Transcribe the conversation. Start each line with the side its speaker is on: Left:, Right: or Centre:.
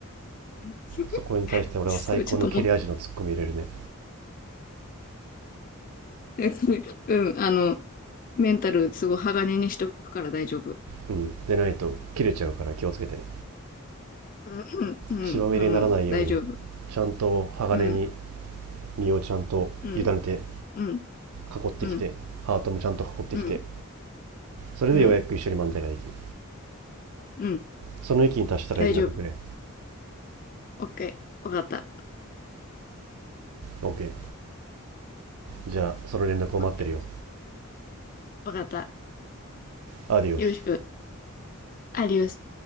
Left: うん <laughs>
Right: そこに対して俺は最高の切れ味のツッコミ入れるね
Left: そう、ちょっとも、<laughs> うん、あの、メンタル、すごい鋼にしとくから大丈夫。
Right: うんでないと切れちゃうから気をつけてね
Left: うん、うん、
Right: 血まみれにならないように
Left: あの、大丈夫。
Right: ちゃんと鋼に
Left: うん、
Right: 身をちゃんと委ねて
Left: うん、うん、
Right: 囲ってきてハートもちゃんと囲ってきて
Left: うん、うん、
Right: それでようやく一緒に漫才ができる
Left: うん、うん、
Right: その域に達したら連絡くれ
Left: 大丈夫。オッケー。わかった。
Right: OK じゃあその連絡を待ってるよ
Left: オッケー。わかった。
Right: アディオス
Left: よろしく。アディオス。